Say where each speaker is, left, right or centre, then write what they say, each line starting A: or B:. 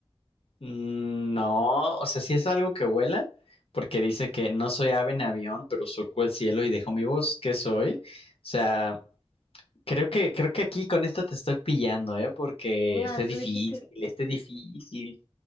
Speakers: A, on the left; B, on the left.
A: Mm, No, o sea, sí es algo que vuela, porque dice que no soy ave en avión, pero surco el cielo y dejo mi voz. ¿Qué soy? O sea, creo que, creo que aquí con esta te estoy pillando, ¿eh? Porque
B: Ah,
A: está difícil,
B: tú dijiste
A: está difícil.